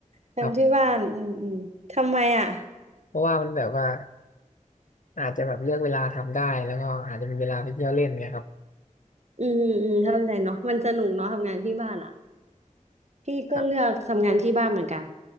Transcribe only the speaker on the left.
ครับเพราะว่ามันแบบว่าอาจจะแบบเลือกเวลาทำได้แล้วก็อาจจะมีเวลาไปเที่ยวเล่นเนี่ยครับ
ครับ